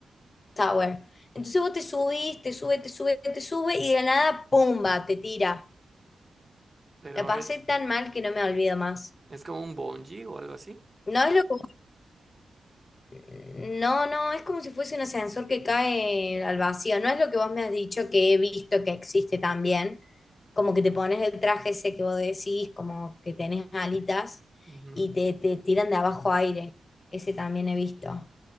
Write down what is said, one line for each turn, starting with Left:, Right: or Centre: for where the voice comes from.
Left: Tower. Entonces vos te subís, te sube, te sube, te sube y de la nada, ¡pumba!, te tira.
Right: Pero
Left: La pasé
Right: es,
Left: tan mal que no me olvido más.
Right: es como un bungee o algo así.
Left: No es lo que No, no, es como si fuese un ascensor que cae al vacío. No es lo que vos me has dicho que he visto que existe también. Como que te pones el traje ese que vos decís, como que tenés alitas
Right: Ujú,
Left: y te, te tiran de abajo aire. Ese también he visto.